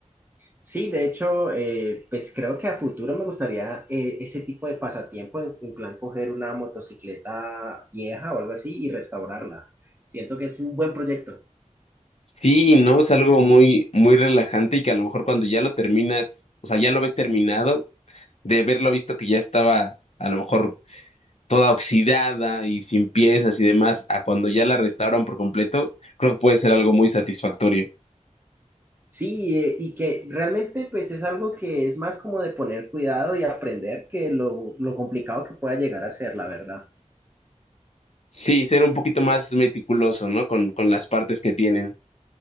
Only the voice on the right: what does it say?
Sí, de hecho, eh, pues creo que a futuro me gustaría eh, ese tipo de pasatiempo, en, en plan coger una motocicleta vieja o algo así y restaurarla. Siento que es un buen proyecto.
Sí, eh, y que realmente pues es algo que es más como de poner cuidado y aprender que lo, lo complicado que pueda llegar a ser, la verdad.